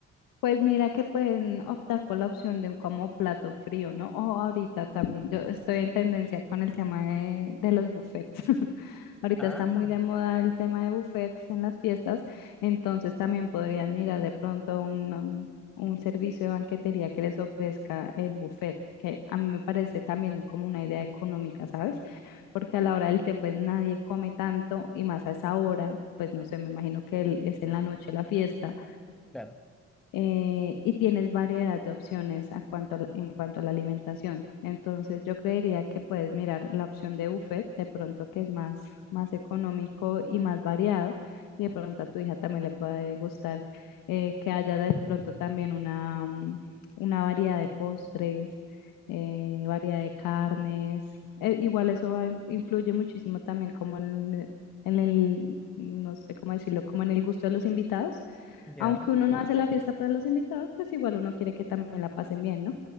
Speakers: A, on the left (about 80°); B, in the centre.
A: Pues mira que pueden optar por la opción de un como plato frío, ¿no? O ahorita también, yo estoy en tendencia con el tema de, de los buffets. <laughs> Ahorita
B: Ah,
A: está muy de moda el tema de buffets en las fiestas, entonces también podrían mirar de pronto un, um, un servicio de banquetería que les ofrezca el buffet, que a mí me parece también como una idea económica, ¿sabes? Porque a la hora del té pues nadie come tanto y más a esa hora, pues no sé, me imagino que el- es en la noche la fiesta
B: claro,
A: eh, y tienes variedad de opciones a cuanto a la- en cuanto a la alimentación. Entonces, yo creería que puedes mirar la opción de buffet, de pronto que es más, más económico y más variado, y de pronto a tu hija también le puede gustar eh, que haya de pronto también una, mm, una variedad de postres. eh, variedad de carnes, Eh, igual eso va- influye muchísimo también como en, en el, no sé cómo decirlo, como en el gusto de los invitados,
B: ya.
A: aunque uno no hace la fiesta para los invitados, pues igual uno quiere que también la pasen bien, ¿no?